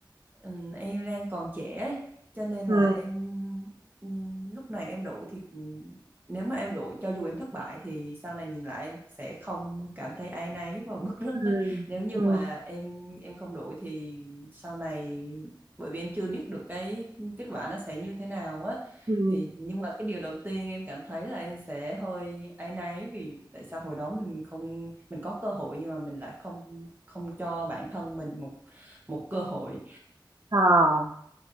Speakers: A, on the right (about 25°); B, on the right (about 50°).
A: Ừm, em đang còn trẻ ấy, cho nên
B: ừ
A: là em ừm, lúc này em đổi thì ừm, nếu mà em đổi cho dù em thất bại thì sau này nhìn lại em sẽ không cảm thấy áy náy và bứt rứt
B: ừ
A: ấy. Nếu như
B: ừ
A: mà em em không đổi thì sau này bởi vì em chưa biết được cái kết quả nó sẽ như thế nào á
B: ừ
A: thì nhưng mà cái điều đầu tiên em cảm thấy là em sẽ hơi áy náy vì tại sao hồi đó mình không mình có cơ hội nhưng mà mình lại không không cho bản thân mình một một cơ hội
B: à.